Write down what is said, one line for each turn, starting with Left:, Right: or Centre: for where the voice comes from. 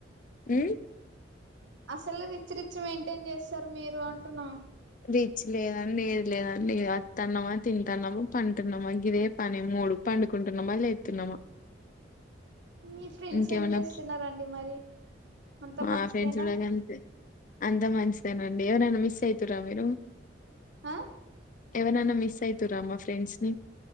Left: హు
Right: అసలు రిచ్ రిచ్ మెయింటైన్ చేస్తారు మీరు అంటున్నా
Left: రిచ్ లేదండి ఏది లేదండి వస్తున్నామా తింటాన్నామా పంటున్నామా గిదే పని మూడు పండుకుంటున్నామా లేతున్నామా
Right: మీ ఫ్రెండ్స్
Left: ఇంకేమన్నా
Right: ఏం చేస్తున్నారండి మరి అంత
Left: మా
Right: మంచిదేనా
Left: ఫ్రెండ్స్ కూడా గంతే అంత మంచిదేనండి ఎవరైనా మిస్ అయితురా మీరు
Right: ఆ
Left: ఎవరన్నా మిస్ అయితురా మా ఫ్రెండ్స్ ని